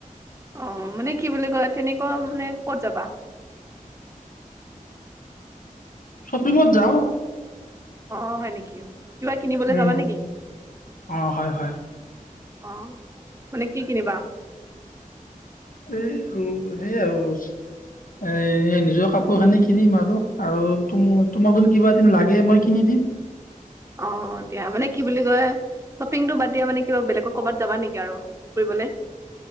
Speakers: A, on the right (about 20°); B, on the left (about 75°).
A: অ মানে কি বুলি কয় তেনেকুৱা মানে কত যাবা?
B: চপিঙত যাও
A: অ হয় নেকি কিবা কিনিবলৈ
B: উম
A: যাবা নেকি
B: অ হয় হয়
A: অ মানে কি কিনিবা?
B: এই সেই আৰু এ নিজৰ কাপোৰ খিনি কিনিম আৰু আৰু তুম তোমাক যোন কিবা কিনি লাগে মই কিনি দিম
A: অ দিয়া মানে কি বুলি কয় শ্বপিংটো বাদ দিয়া মানে কিবা বেলেগক কবাত যাবা নেকি আৰু ফুৰিবলে